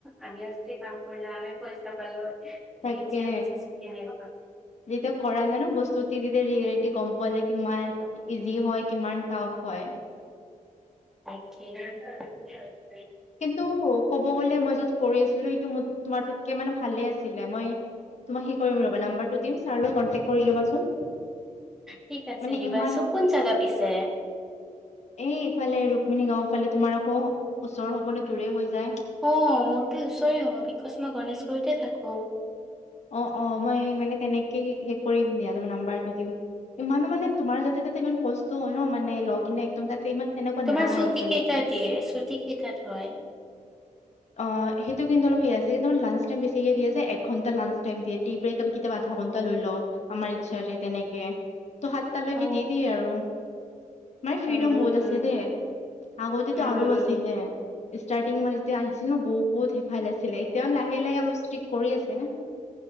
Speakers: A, in the centre; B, on the left.
A: আমিও যদি কাম কৰিলো হয় আমিও পইচা পালো হয়। কিন্তু
B: তাকে।
A: এতিয়া বুজিছো। কেনেকুৱা
B: যেতিয়া কৰা যায় ন বস্তু টিভিতে ৰিয়েলিটি গম পোৱা যায় কিমান ইজি হয় কিমান টাফ হয়।
A: তাকে <unintelligible>
B: কিন্তু ক'ব গ'লে মই য'ত কৰি আছিলো, সেইটো ম তোমাৰটোতকে মানে ভালে আছিলে। মই- তোমাক সেই কৰিম ৰ'বা, নাম্বাৰটো দিম। ছাৰৰ লগত কণ্টেক কৰি ল'বাচোন।
A: ঠিক আছে
B: মানে
A: দিবাচো,
B: ইমান
A: কোন জেগা পিছে?
B: এই এইফালে ৰুক্মিণী গাঁওফালে। তোমাৰ আকৌ ওচৰ হ'বনে দূৰে হৈ যায়।
A: অ' মোৰতো ওচৰে হ'ব, বিকচ মই গণেশগুৰিতে থাকো।
B: অ, অ মই মানে তেনেকে সে-সেই কৰিম দিয়া তাৰমানে নাম্বাৰটো দিম। ইমানো মানে তোমাৰ যাতে তাতে ইমান কষ্ট হয় ন। মানে <unintelligible> একদম তাতে ইমান তেনেকুৱা
A: তোমাৰ
B: নাই
A: ছুটি
B: এতিয়ালৈকে।
A: কেইটা দিয়ে ছুটী কেইটাত হয়?
B: অ সেইটো কিন্তু অলপ সে আছে। সেইটো মানে লাঞ্চ টাইম বেছিকে দিয়ে যে এক ঘণ্টা লাঞ্চ টাইম দিয়ে। টি ব্ৰেক আমি কেতিয়াবা আধা ঘণ্টা লৈ লও আমাৰ ইচ্ছাৰে, তেনেকে ত সাত তালৈকে
A: অ
B: দি দিয়ে আৰু। মানে ফ্ৰীডম
A: হুম হুম
B: বহুত
A: হুম
B: আছে দে। আগতেটো
A: হুম
B: আৰু
A: হুম
B: আছিলে। ষ্টাৰ্টিং মানে যেতিয়া আহিছিল ন বহুতে ভাল আছিলে। এতিয়াও লাহে লাহে অলপ ষ্ট্ৰিক কৰি আছে।